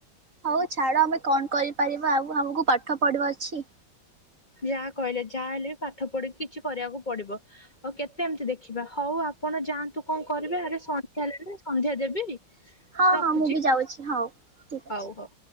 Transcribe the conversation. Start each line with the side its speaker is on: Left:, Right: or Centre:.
Right: ହଉ ଛାଡ ଆମେ କଣ କରିପାରିବା ଆଉ ଆମକୁ ପାଠ ପଢିବା ଅଛି।
Left: ଯାହା କହିଲେ ଯାହା ହେଲେ ବି ପାଠ ପଢିକି କିଛି କରିବାକୁ ପଡିବ ଆଉ କେତେ ଏମିତି ଦେଖ ଖିବା ହଉ ଆପଣ ଯାଆନ୍ତୁ କଣ କରିବେ ଆରେ ସନ୍ଧ୍ୟା ହେଲାଣି ସନ୍ଧ୍ୟା ଦେବି।
Right: ହଁ
Left: ରଖୁଛି,
Right: ହଁ ମୁଁ ବି ଯାଉଛି ହଉ ଠିକ୍
Left: ହଉ
Right: ଅଛି।
Left: ହଉ।